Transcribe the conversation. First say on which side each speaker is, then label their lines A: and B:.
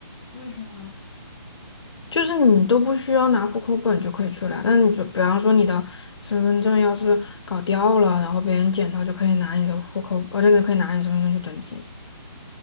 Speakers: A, on the left; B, on the left.
A: 为什么？
B: <laughs> 就是你都不需要拿户口本就可以去了，但你就比方说你的身份证要是搞掉了，然后别人捡到就可以拿你的户口，呃，那个可以拿你身份证去登记。